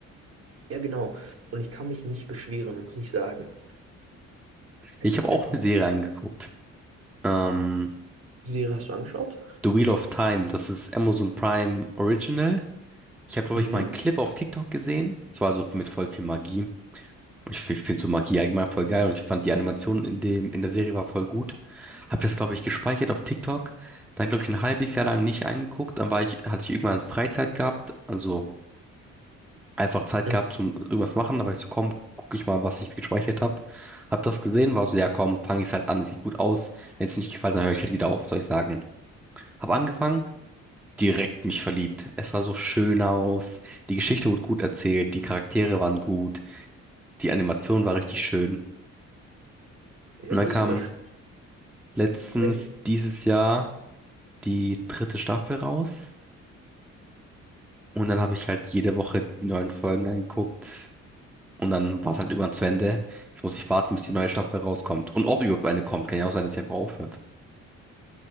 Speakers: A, on the right; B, in the centre.
A: ja genau, und ich kann mich nicht beschweren, muss ich sagen. Es
B: Ich
A: ist
B: habe auch
A: einfach,
B: eine Serie angeguckt. Ähm,
A: die Serie hast du angeschaut?
B: The Wheel of Time, das ist Amazon Prime Original. Ich habe, glaube
A: Mhm.
B: ich, mal einen Clip auf TikTok gesehen. Es war so mit voll viel Magie. Und ich, ich finde so Magie allgemein voll geil und ich fand die Animation in dem, in der Serie war voll gut. Hab das, glaube ich, gespeichert auf TikTok. Dann, glaube ich, ein halbes Jahr lang nicht angeguckt. Dann war ich, hatte ich irgendwann Freizeit gehabt, also einfach Zeit
A: Mhm.
B: gehabt zum irgendwas machen. Da war ich so, komm, guck ich mal, was ich gespeichert habe. Hab das gesehen, war so, ja komm, fange ich halt an, sieht gut aus. Wenn es mir nicht gefällt, dann höre ich halt wieder auf, soll ich sagen. Hab angefangen, direkt mich verliebt. Es sah so schön aus. Die Geschichte wurde gut erzählt, die Charaktere waren gut, die Animation war richtig schön.
A: Ja,
B: Und
A: das
B: dann kam
A: ist immer schön.
B: letztens
A: Wenn,
B: dieses Jahr die dritte Staffel raus und dann habe ich halt jede Woche die neuen Folgen angeguckt und dann war es halt irgendwann zu Ende. Jetzt muss ich warten, bis die neue Staffel rauskommt. Und ob überhaupt eine kommt, kann ja auch sein, dass sie einfach aufhört.